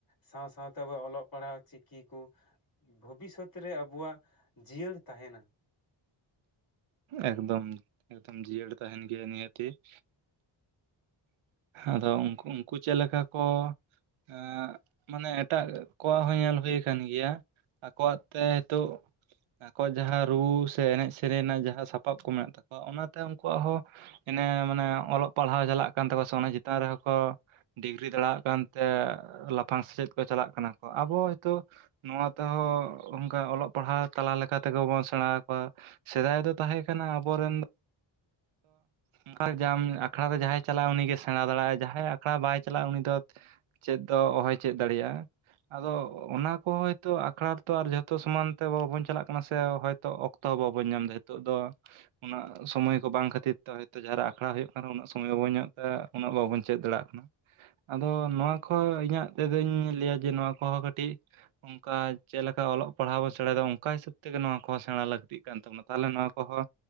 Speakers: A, on the left (about 45°); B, on the right (about 80°).
A: ᱥᱟᱶ-ᱥᱟᱶ ᱛᱮ ᱟᱵᱚᱣᱟᱜ ᱚᱞᱚᱜ ᱯᱟᱲᱦᱟᱣ ᱪᱤᱠᱤ ᱠᱚ ᱵᱷᱚᱵᱤᱥᱚᱛ ᱨᱮ ᱟᱵᱚᱣᱟᱜ ᱡᱤᱭᱟᱹᱲ ᱛᱟᱦᱮᱱᱟ ᱾
B: ᱮᱠᱫᱚᱢ ᱮᱠᱫᱚᱢ ᱡᱤᱭᱟᱹᱲ ᱛᱟᱦᱮᱱ ᱜᱮᱭᱟ ᱱᱤᱦᱟᱹᱛᱤ ᱾ ᱟᱫᱚ ᱩᱱᱠᱩ, ᱩᱱᱠᱩ ᱪᱮᱫ ᱞᱮᱠᱟ ᱠᱚ ᱟᱻ ᱢᱟᱱᱮ ᱮᱴᱟᱜ ᱠᱚᱣᱟᱜ ᱦᱚᱸ ᱧᱮᱞ ᱦᱩᱭ ᱠᱟᱱ ᱜᱮᱭᱟ ᱟᱠᱚᱣᱟᱜ ᱛᱮ ᱦᱮᱛᱚᱜ ᱟᱠᱚᱣᱟᱜ ᱡᱟᱦᱟ ᱨᱩᱸ ᱥᱮ ᱮᱱᱮᱡ ᱥᱮᱨᱮᱧ ᱨᱮᱱᱟᱜ ᱡᱟᱦᱟ ᱥᱟᱯᱟᱯ ᱠᱚ ᱢᱮᱱᱟᱜ ᱛᱟᱠᱚᱣᱟ ᱚᱱᱟ ᱛᱮ ᱩᱱᱠᱩᱣᱟᱜ ᱦᱚᱸ ᱤᱱᱟᱹ ᱢᱟᱱᱮ ᱚᱞᱚᱜ ᱯᱟᱲᱦᱟᱣ ᱪᱟᱞᱟᱜ ᱠᱟᱱ ᱛᱟᱠᱚ ᱥᱮ ᱚᱱᱟ ᱪᱮᱛᱟᱱ ᱨᱮᱦᱚᱸ ᱠᱚ ᱰᱤᱜᱽᱨᱤ ᱫᱟᱲᱮᱭᱟᱜ ᱠᱟᱱ ᱛᱮ ᱞᱟᱯᱷᱟᱝ ᱥᱮᱪᱮᱫ ᱠᱚ ᱪᱟᱞᱟᱜ ᱠᱟᱱᱟ ᱠᱚ ᱾ ᱟᱵᱚ ᱦᱤᱛᱚᱜ ᱱᱚᱣᱟ ᱛᱮᱦᱚᱸ ᱚᱱᱠᱟ ᱚᱞᱚᱜ ᱯᱟᱲᱦᱟᱣ ᱛᱟᱞᱟ ᱞᱮᱠᱟ ᱛᱮᱜᱮ ᱵᱚᱱ ᱥᱮᱲᱟ ᱟᱠᱚᱣᱟ ᱾ ᱥᱮᱫᱟᱭ ᱫᱚ ᱛᱟᱦᱮᱸ ᱠᱟᱱᱟ ᱟᱵᱚ ᱨᱮᱱ <unintelligible> <unintelligible> ᱟᱠᱷᱲᱟ ᱨᱮ ᱡᱟᱸᱦᱟᱭ ᱪᱟᱞᱟᱜᱼᱟ ᱩᱱᱤ ᱜᱮ ᱥᱮᱲᱟ ᱫᱟᱲᱮᱭᱟᱜ-ᱟ ᱾ ᱡᱟᱸᱦᱟᱭ ᱟᱠᱷᱲᱟ ᱵᱟᱭ ᱪᱟᱞᱟᱜᱼᱟ ᱩᱱᱤ ᱫᱚ ᱪᱮᱫ ᱫᱚ ᱚᱦᱚᱭ ᱪᱮᱫ ᱫᱟᱲᱮᱭᱟᱜᱼᱟ ᱾ ᱟᱫᱚ ᱚᱱᱟ ᱠᱚ ᱦᱚᱭ ᱛᱚ ᱟᱠᱷᱲᱟ ᱨᱮ ᱛᱚ ᱟᱨ ᱡᱚᱛᱚ ᱥᱚᱢᱟᱱ ᱛᱮ ᱵᱟᱵᱚᱱ ᱪᱟᱞᱟᱜ ᱠᱟᱱᱟ ᱥᱮ ᱦᱚᱭ ᱛᱚ ᱚᱠᱛᱚ ᱦᱚᱸ ᱵᱟᱵᱚᱱ ᱧᱟᱢ ᱫᱟ ᱱᱤᱛᱚᱜ ᱫᱚ ᱾ ᱩᱱᱟᱹᱜ ᱥᱚᱢᱚᱭ ᱠᱚ ᱵᱟᱝ ᱠᱷᱟᱹᱛᱤᱨ ᱛᱮ ᱦᱚᱭ ᱛᱚ ᱡᱟᱦᱟ ᱨᱮ ᱟᱠᱷᱲᱟ ᱦᱩᱭᱩᱜ ᱠᱟᱱᱟ ᱩᱱᱟᱜ ᱥᱚᱢᱟᱭ ᱵᱟ ᱵᱚᱱ ᱧᱟᱢ ᱮᱫ ᱛᱮ ᱩᱱᱟᱹᱜ ᱵᱟᱵᱚᱱ ᱪᱮᱫ ᱫᱟᱲᱮᱜ ᱠᱟᱱᱟ ᱾ ᱟᱫᱚ ᱱᱚᱣᱟ ᱠᱚ ᱤᱧᱟᱹᱜ ᱛᱮ ᱫᱚᱸᱧ ᱞᱟᱹᱭᱟ ᱡᱮ ᱱᱚᱣᱟ ᱠᱚ ᱦᱚᱸ ᱠᱟᱹᱴᱤᱡ ᱚᱱᱠᱟ ᱪᱮᱫ ᱞᱮᱠᱟ ᱚᱞᱚᱜ ᱯᱟᱲᱦᱟᱣ ᱵᱚᱱ ᱥᱮᱲᱟᱭ ᱫᱟ ᱚᱱᱠᱟ ᱦᱤᱥᱟᱹᱵᱽ ᱛᱮᱜᱮ ᱱᱚᱣᱟ ᱠᱚᱦᱚᱸ ᱥᱮᱲᱟ ᱞᱟᱹᱠᱛᱤᱜ ᱠᱟᱱ ᱛᱟᱵᱚ ᱱᱟ ᱾ ᱛᱟᱦᱞᱮ ᱱᱚᱣᱟ ᱠᱚᱦᱚᱸ